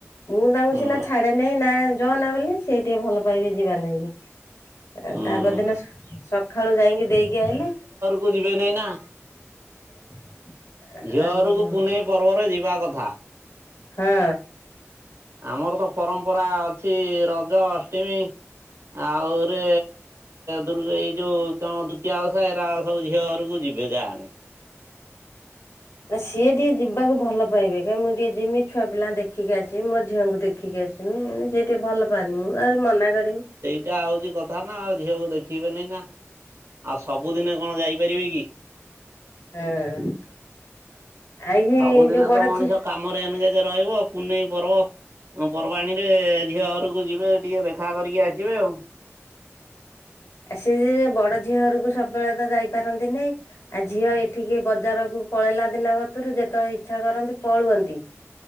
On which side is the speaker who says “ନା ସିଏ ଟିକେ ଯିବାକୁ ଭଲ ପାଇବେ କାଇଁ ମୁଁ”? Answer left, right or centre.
Left